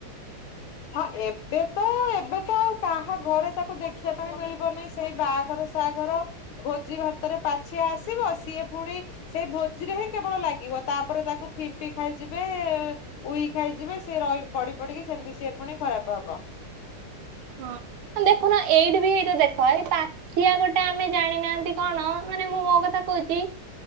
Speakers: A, on the left (about 75°); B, on the right (about 80°).
A: ହଁ ଏବେ ତ ଏବେ
B: <inaudible>
A: ତ ଆଉ କାହା ଘରେ ତାକୁ ଦେଖିବା ପାଇଁ ମିଳିବନି ସେଇ ବାହାଘର ସାହାଘର ଭୋଜି ଭାତରେ ପାଛିଆ ଆସିବ ସିଏ ପୁଣି ସେଇ ଭୋଜିରେ ହିଁ କେବଳ ଲାଗିବ, ତାପରେ ତାକୁ ଫିମ୍ପି ଖାଇଯିବେ ଉଇ ଖାଇଯିବେ ସେ ରହି ପଡି ପଡିକି ସେମତି ସି ପୁଣି ଖରାପ ହବ।
B: ହଁ। ହ ଦେଖୁନ ଏଇଠି ବି ଏଇତ ଦେଖ ଏଇ ପାଛିଆ ଗୋଟେ ଆମେ ଜାଣିନାହାନ୍ତି କଣ ମାନେ ମୁଁ ମୋ କଥା କହୁଚି।